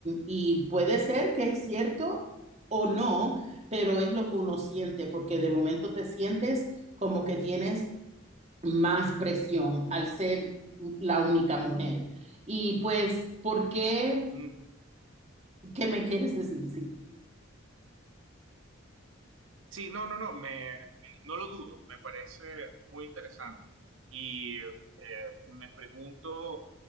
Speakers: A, on the right (about 35°); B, on the right (about 75°).
A: y puede ser que es cierto o no, pero es lo que uno siente porque de momento te sientes como que tienes más presión al ser la única mujer. Y pues, ¿por qué?
B: Mm,
A: ¿Qué me quieres decir? Sí.
B: sí, no, no, no, me, no lo dudo, me parece muy interesante y eh, me pregunto